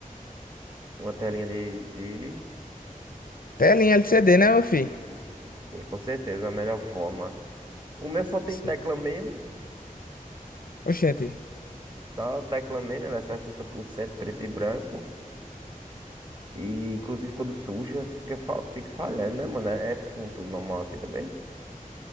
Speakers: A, on the right; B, on the left.
A: Uma telinha de, de...
B: Telinha LCD, né, meu filho?
A: Sim, com certeza, a melhor forma. O meu só tem
B: Sim.
A: tecla mesmo,
B: Oxente,
A: só tecla mesmo, ela é 60% preto e branco. E inclusive quando suja, fica, fa- fica falhando, né, mano? É F com tudo normal assim também?